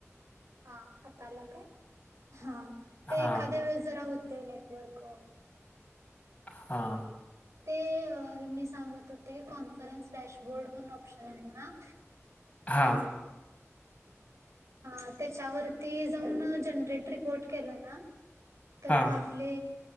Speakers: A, on the right; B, on the left.
A: हा आता आला काय ह
B: हा
A: ते एखाद्या वेळेस जरा होते नेटवर्क
B: हा
A: ते मी सांगत होते कॉन्फरन्स डॅशबोर्ड म्हणून ऑप्शन आहे ना
B: हा
A: हा त्याच्यावरती जाऊन जनरेट रिपोर्ट केलं ना तर
B: हा
A: म आप ले